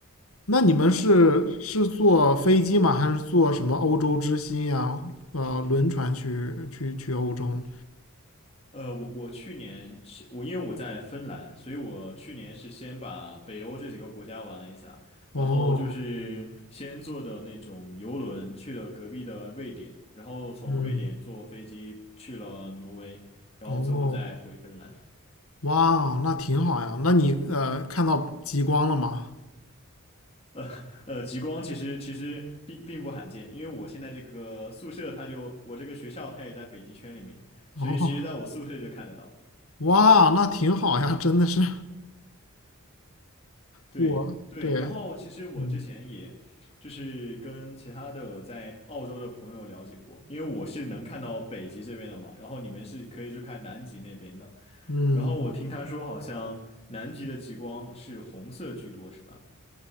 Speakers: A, on the left; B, on the left.
A: 那你们是是坐飞机吗？还是坐什么欧洲之星呀，呃，轮船去去去欧洲呢
B: 呃，我我去年是我因为我在芬兰，所以我去年是先把北欧这几个国家玩了一下，
A: 哦，
B: 然后就是先坐的那种游轮去了隔壁的瑞典，然后从瑞典坐飞机去了挪威，
A: 嗯，
B: 然后最后再回芬兰。
A: 哦。哇，那挺好呀。那你呃看到极光了吗？
B: 呃呃，极光其实其实并并不罕见，因为我现在这个宿舍它就我这个学校它也在北极圈里面，
A: <laughs>
B: 所以其实在我宿舍就看得到。
A: 哦，哇，那挺好呀，真的是
B: 对对，
A: 我，对，
B: 然后其实我之前也就是跟其他的在澳洲的朋友了解过，
A: 嗯
B: 因为我是能看到北极这边的嘛，然后你们是可以去看南极那边的，
A: 嗯，
B: 然后我听他说好像南极的极光是红色居多，是吧？